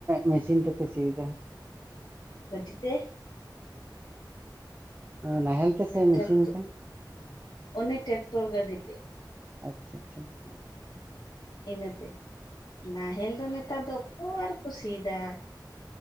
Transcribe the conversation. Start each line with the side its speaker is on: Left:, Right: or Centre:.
Right: ᱢᱮᱥᱤᱱ ᱛᱮᱯᱮ ᱥᱤᱭᱮᱫᱟ?
Left: ᱜᱟᱹᱰᱤ ᱛᱮ ᱾
Right: ᱱᱟᱦᱮᱞ ᱛᱮ ᱥᱮ ᱢᱮᱥᱤᱱ
Left: ᱴᱨᱟᱠᱴ
Right: ᱛᱮ?
Left: ᱚᱱᱮ ᱴᱮᱠᱴᱚᱨ ᱜᱟᱹᱰᱤ ᱛᱮ ᱾
Right: ᱟᱪᱪᱷᱟ ᱪᱷᱟ ᱾
Left: ᱤᱱᱟᱹᱛᱮ ᱱᱟᱦᱮᱞ ᱫᱚ ᱱᱮᱛᱟᱨ ᱫᱚ ᱚᱠᱚᱭ ᱟᱨ ᱠᱚ ᱥᱤᱫᱟ ᱾